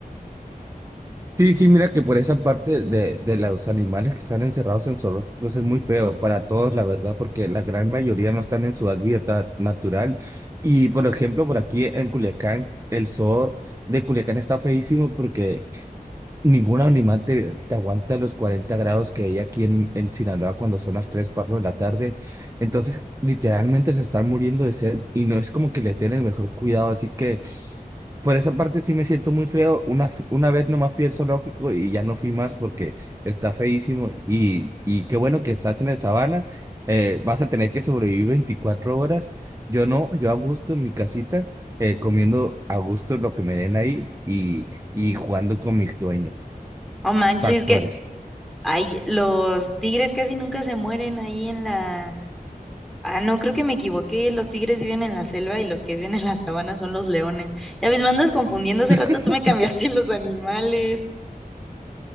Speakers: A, on the right; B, in the centre.
A: Sí, sí, mira que por esa parte de, de los animales que están encerrados en zoológicos es muy feo para todos, la verdad, porque la gran mayoría no están en su hábitat natural. Y por ejemplo, por aquí en Culiacán, el zoo de Culiacán está feísimo porque Ningún animal te, te aguanta los 40 grados que hay aquí en, en Sinaloa cuando son las 3 4 de la tarde. Entonces, literalmente se están muriendo de sed y no es como que les den el mejor cuidado. Así que por esa parte sí me siento muy feo. Una, f- una vez nomás fui al zoológico y ya no fui más porque está feísimo. Y, y qué bueno que estás en el sabana. eh, vas a tener que sobrevivir 24 horas. Yo no, yo a gusto en mi casita, eh, comiendo a gusto lo que me den ahí y, y jugando con mis dueños
B: Oh manches,
A: factores.
B: que ay, los tigres casi nunca se mueren ahí en la Ah, no, creo que me equivoqué. Los tigres viven en la selva y los que viven en la sabana son los leones. Ya ves, me andas confundiendo. Hace rato
A: <laughs>
B: tú me cambiaste <laughs> los animales.